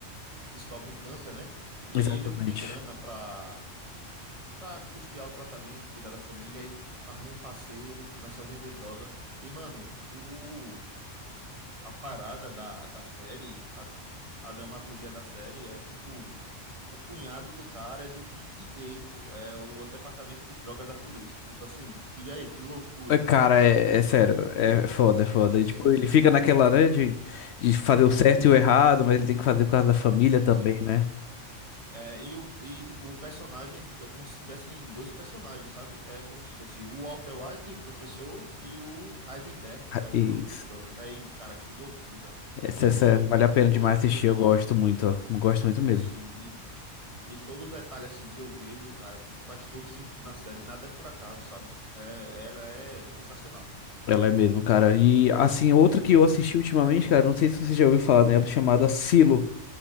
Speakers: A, on the right; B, on the left.
A: descobre um câncer, né? E
B: Exatamente.
A: aí ele não tem grana para para custear o tratamento, cuidar da família, ele arruma um parceiro, começa a vender droga. E, mano, o, a parada da, da série, a, a dramaturgia da série é tipo. O cunhado do cara é do DEA, pô. É o departamento de drogas da polícia. Tipo assim, diga aí, que loucura.
B: É, Cara, é, é
A: E
B: sério,
A: tipo,
B: é foda, é foda.
A: sim,
B: E, tipo,
A: sim.
B: ele fica naquela, né, de, de fazer o certo
A: Sim, sim.
B: e o errado, mas ele tem que fazer por causa da família
A: Sim,
B: também,
A: sim.
B: né?
A: É, e, o, e, tipo, o personagem é, tipo, é como se tivessem dois personagens, sabe? É como se fosse o Walter White, o professor, e o Heisenberg, que é o
B: E
A: produtor de drogas. Aí, cara, que loucura.
B: essa,
A: E assim,
B: essa- vale a pena
A: todo.
B: demais assistir, eu gosto muito, ó. Gosto muito mesmo.
A: Sim, e, e todo detalhe assim que eu vejo, cara, tipo, faz todo sentido na série. Nada é por acaso, sabe? É, ela é sensacional.
B: Ela é mesmo, cara. E, assim, outra que eu assisti ultimamente, cara, não sei se você já ouviu falar nela, chamada Silo.